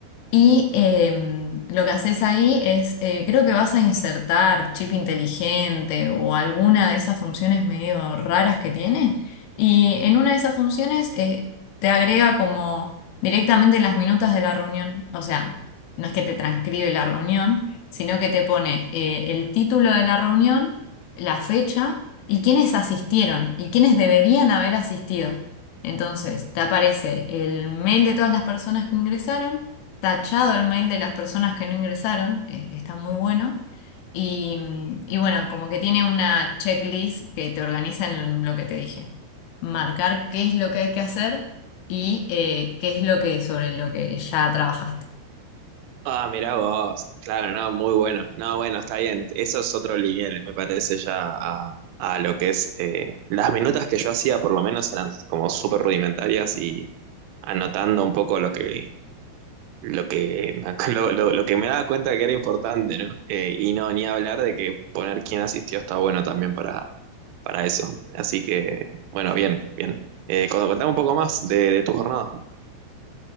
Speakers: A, on the left; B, on the right.
A: y em, lo que haces ahí es, eh, creo que vas a insertar chip inteligente o alguna de esas funciones medio raras que tiene. Y en una de esas funciones eh, te agrega como directamente las minutas de la reunión. O sea, no es que te transcribe la reunión, sino que te pone eh, el título de la reunión, la fecha y quiénes asistieron y quiénes deberían haber asistido. Entonces, te aparece el mail de todas las personas que ingresaron tachado el mail de las personas que no ingresaron, eh, que está muy bueno. Y, mm, y bueno, como que tiene una checklist que te organiza en lo que te dije. Marcar qué es lo que hay que hacer y eh, qué es lo que sobre lo que ya trabajaste.
B: Ah, mirá vos, claro, no, muy bueno. No, bueno, está bien, eso es otro nivel, me parece ya a, a lo que es, eh, las minutas que yo hacía por lo menos eran como súper rudimentarias y anotando un poco lo que lo que, me ac- <laughs> lo, lo- lo que me daba cuenta que era importante, ¿no? Eh, y no, ni hablar de que poner quién asistió está bueno también para, para eso. Así que, bueno, bien, bien. Eh, con- contame un poco más de, de tu jornada.